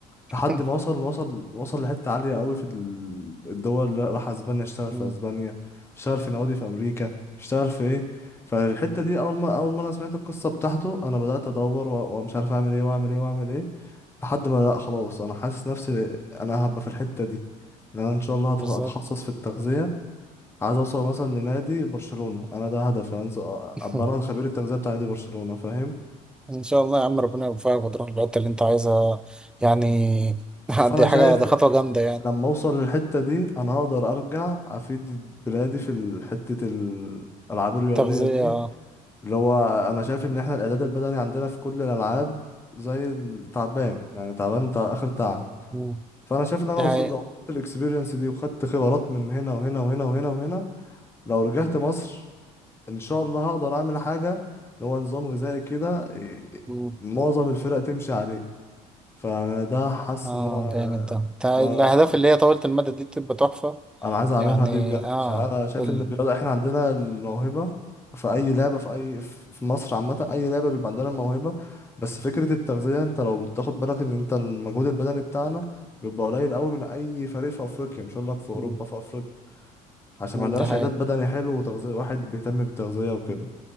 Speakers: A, in the centre; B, on the left.
A: <laughs>
B: لحد ما وصل ما وصل وصل لحتة عالية قوي في ال- الدول اللي راح اسبانيا اشتغل في
A: مم.
B: اسبانيا اشتغل في نوادي في امريكا اشتغل في ايه فالحتة دي اول ما اول ما انا سمعت القصة بتاعته انا بدأت ادور و- ومش عارف اعمل ايه واعمل ايه واعمل ايه لحد ما لا خلاص انا حاسس نفسي انا هبقى في الحتة دي ان انا ان شاء الله هت-
A: بالظبط
B: هتخصص في التغذية عايز اوصل مثلا لنادي برشلونة انا ده هدفي يعني أنزل
A: <laughs>
B: ابقى انا خبير التغذية بتاع نادي برشلونة فاهم
A: ان شاء الله يا عم ربنا يوفقك وتروح الحته اللي انت عايزها يعني <laughs>
B: فانا
A: دي
B: شايف
A: حاجه دي خطوه جامده يعني
B: لما اوصل للحتة دي انا هقدر ارجع افيد بلادي في ال- حتة الالعاب الرياضية
A: تغذيه
B: دي
A: اه
B: اللي هو انا شايف ان احنا الاعداد البدني عندنا في كل الالعاب زي التعبان يعني تعبان تع- اخر تعب
A: مم.
B: فانا شايف ان انا
A: دي
B: وصلت
A: حقيقة
B: لو وصلت الاكسبيرينس دي وخدت خبرات من هنا وهنا وهنا وهنا وهنا لو رجعت مصر ان شاء الله هقدر اعمل حاجه اللي هو نظام غذائي كده إيه،
A: مم.
B: معظم الفرق تمشي عليه فانا ده حاسس
A: اه
B: ان هو
A: جامد ده ده
B: انا
A: الاهداف اللي هي طويله المدى دي بتبقى تحفه
B: انا عايز اعملها
A: يعني
B: دي بجد
A: اه
B: عشان انا شايف
A: ال...
B: ان الرياضه احنا عندنا الموهبه في اي لعبه في اي في مصر عامه اي لعبه بيبقى عندنا الموهبه بس فكره التغذيه انت لو بتاخد بالك ان انت المجهود البدني بتاعنا بيبقى قليل قوي من اي فريق في افريقيا مش هقول لك في اوروبا
A: مم.
B: في افريقيا عشان
A: مم.
B: ما عندناش
A: دي حقيقة
B: اعداد بدني حلو وتغذيه واحد بيهتم بالتغذيه وكده